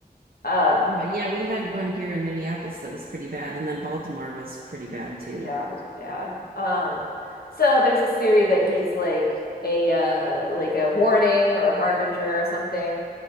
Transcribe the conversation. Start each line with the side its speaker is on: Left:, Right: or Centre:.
Left: Um,
Right: Uh, yeah, we had one here in Minneapolis that was pretty bad, and then Baltimore was pretty bad too.
Left: yeah, it was bad. Um, so there's this theory that he's like a uh like a warning or a harbinger or something.